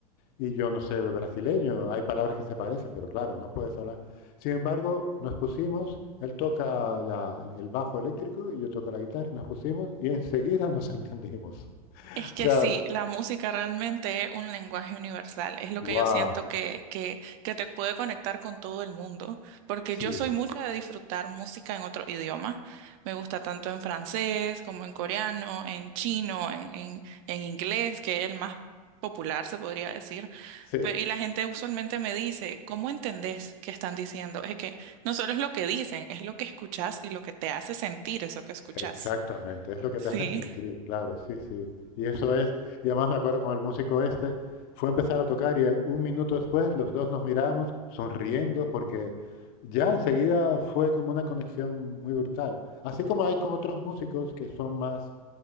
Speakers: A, on the left (about 50°); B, on the right (about 55°).
A: y yo no sé brasileño, hay palabras que se parecen, pero claro, no puedes hablar. Sin embargo, nos pusimos, él toca la- el bajo eléctrico y yo toco la guitarra, nos pusimos y enseguida nos <laughs> entendimos. O
B: Es que
A: sea,
B: sí, la música realmente es un lenguaje universal, es lo
A: guau,
B: que
A: wow,
B: yo siento que, que, que te puede conectar con todo el mundo, porque
A: sí,
B: yo soy mucho de disfrutar música en otro idioma, me gusta tanto en francés como en coreano, en chino, en, en, en inglés, que es el más popular, se podría decir,
A: sí.
B: pero y la gente usualmente me dice, ¿cómo entendés qué están diciendo? Es que no solo es lo que dicen, es lo que escuchás y lo que te hace sentir eso que escuchás.
A: Exactamente, es lo que
B: Sí.
A: te hace sentir, claro, sí, sí. Y eso es, y además me acuerdo con el músico este, fue a empezar a tocar y eh, un minuto después los dos nos miramos sonriendo porque ya enseguida fue como una conexión muy brutal. Así como hay con otros músicos que son más,